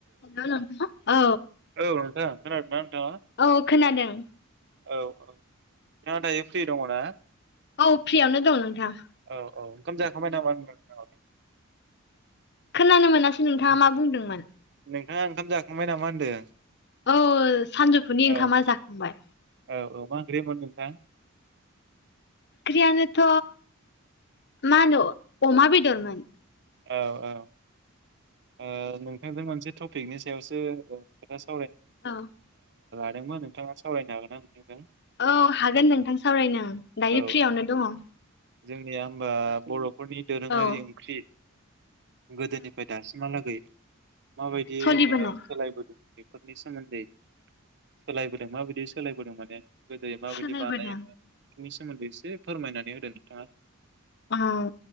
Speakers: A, on the left; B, on the right.
A: Hello नोंथां <inaudible> औ
B: औ नोंथां खोनादोंना नोंथाङा?
A: औ खोनादों।
B: औ औ <inaudible> नाङा दायो फ्रि दङ ना?
A: औ फ्रियावनो दं नोंथां।
B: औ औ ओंखाम जाखांबाय नामा नोंथाङा लाय?
A: खोनानो मोनासै नोंथाङा मा बुंदोंमोन
B: नोंथाङा ओंखाम जाखांबाय नामा होनदों।
A: औ सानजौफुनि ओंखामा
B: औ
A: जाखांबाय।
B: औ औ मा ओंख्रिमोन नोंथां?
A: आख्रिया नोथ' मा होनो अमा बेदर मोन।
B: औ औ ओ नोंथांजों मोनसे टपिकनि सायावसो
A: औ
B: दोंमोन नोंथाङा सावरायनो हागोन नोंथांजों? ना?
A: औ हागोन नोंथां सावरायनो दायो
B: औ
A: फ्रियावनो दङ।
B: जोंनिया हबा बर' फोरनि दोरोङारि
A: ओं
B: ओंख्रि गोदोनिफाय याखै माबायदि
A: सोलिबोनाय
B: आ सोलायबोदों फोरनि सोमोन्दै सोलायबोदों माबायदि सोलायबोदों माने? गोदो माबायदि
A: सोलायबोदों
B: बानायोमोन फोरनि सो मोन्दै एसे फोरमायनानै होदो नोंथाङा।
A: अ